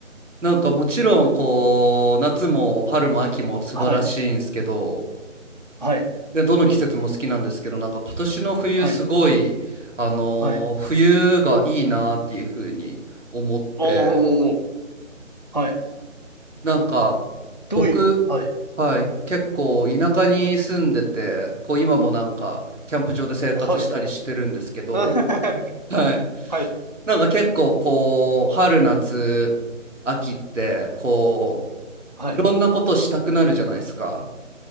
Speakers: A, on the right; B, on the left.
A: なんかもちろん、こう、夏も春も秋も素晴らしいんですけど、
B: はい。はい。
A: で、どの季節も好きなんですけど、なんか今年の冬すごい、
B: はい。
A: あのー冬がいいなっていう風に思って、
B: はい。おーおーおー。はい。
A: なんか、
B: どういう、
A: 僕、
B: はい。
A: はい、結構田舎に住んでて、こう今もなんか、キャンプ場で生活したりしてるんですけど、
B: はい。<laughs>
A: はい。
B: はい。
A: なんか結構こう、春夏、秋って、こ
B: はい。
A: う、いろんなことしたくなるじゃないですか。